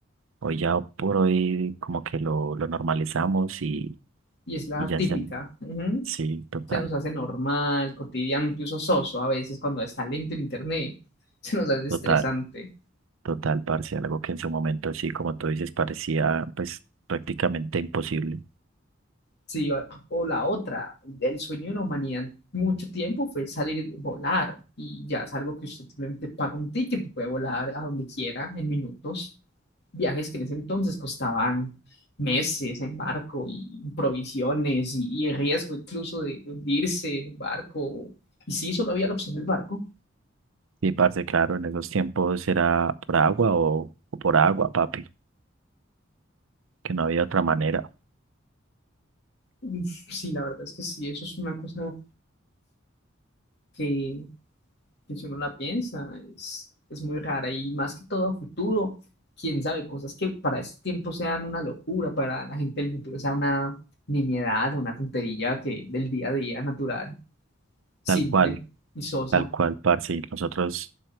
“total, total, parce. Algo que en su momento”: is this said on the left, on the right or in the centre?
Right